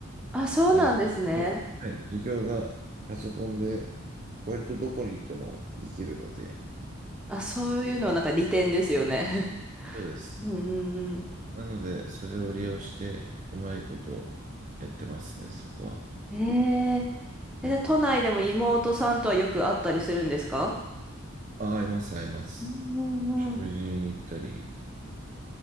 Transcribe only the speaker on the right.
あの、はい、授業がパソコンで、割とどこに行ってもできるので、
そうです。
なので、それを利用して、うまいことやってますね、そこは。
はい。
あ、合います、合います。
食事に行ったり、